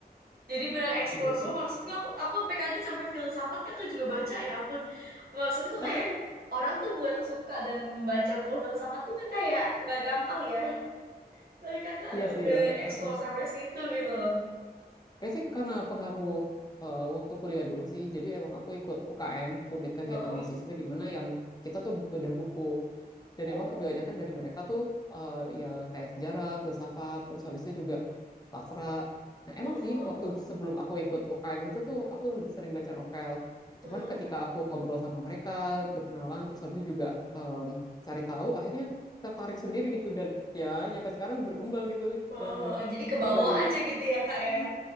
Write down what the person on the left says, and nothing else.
iya
<laughs>
iya sih
ya
Heeh.
kayak sih karena pengaruh eh, waktu kuliah dulu sih jadi emang aku ikut UKM unit kegiatan
mahasiswa di mana yang kita tuh bedah buku dan
emang kebanyakan dari mereka tuh eh, ya kayak sejarah, filsafat, terus habis itu juga sastra. Nah, emang
sih
waktu sebelum aku ikut UKM itu tuh aku lebih sering baca novel.
Cuman ketika aku ngobrol sama mereka, berkenalan, terus habis itu juga em, cari tahu, akhirnya tertarik sendiri gitu dan ya nyampe sekarang berkembang gitu
eh,
dari
Mm.